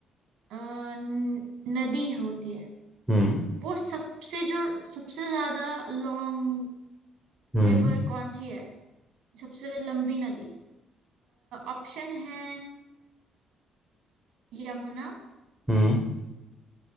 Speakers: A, on the right; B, in the centre.
A: अ, न- नदी होती है
B: हम्म
A: वो सबसे जो सबसे ज्यादा लॉन्ग
B: हम्म
A: रिवर कौन सी है सबसे लंबी नदी ऑप्शन है यमुना
B: हम्म